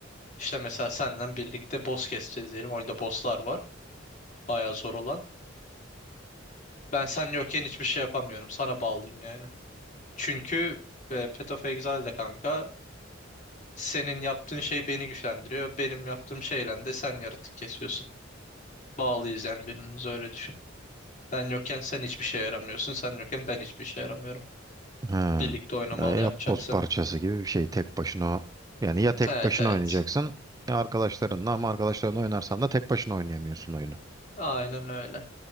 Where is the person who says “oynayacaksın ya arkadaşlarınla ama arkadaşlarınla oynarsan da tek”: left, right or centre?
Right